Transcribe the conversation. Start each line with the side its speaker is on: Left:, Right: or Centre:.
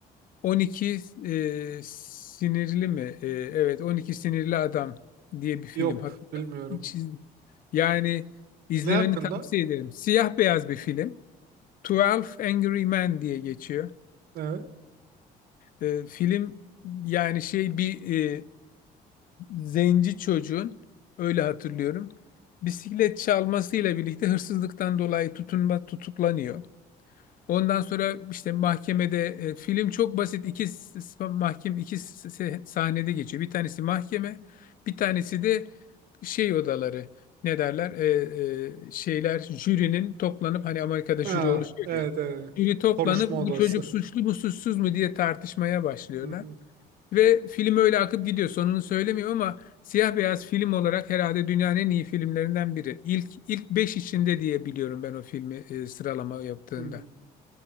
Left: 12 e, sinirli mi? E, evet 12 sinirli adam diye bir film
Right: yok
Left: hatta.
Right: bilmiyorum.
Left: Hiç iz- Yani izlemeni
Right: Ne hakkında?
Left: tavsiye ederim. Siyah beyaz bir film. Twelve Angry Men diye geçiyor.
Right: Evet.
Left: E, film yani şey bir e, zenci çocuğun öyle hatırlıyorum. Bisiklet çalmasıyla birlikte hırsızlıktan dolayı tutunma tutuklanıyor. Ondan sonra işte mahkemede e, film çok basit iki s- s- mahkem iki s- s- sahnede geçiyor. Bir tanesi mahkeme, bir tanesi de şey odaları ne derler Ee, e, şeyler jürinin toplanıp hani Amerika'da
Right: Ha,
Left: jüri oluşuyor
Right: evet,
Left: ya
Right: evet.
Left: jüri toplanıp
Right: Konuşma
Left: bu
Right: odası.
Left: çocuk suçlu mu suçsuz mu diye tartışmaya başlıyorlar
Right: Hı hı.
Left: ve film öyle akıp gidiyor sonunu söylemiyorum ama siyah beyaz film olarak herhalde dünyanın en iyi filmlerinden biri ilk ilk 5 içinde diye biliyorum ben o filmi e, sıralama yaptığında
Right: Hı.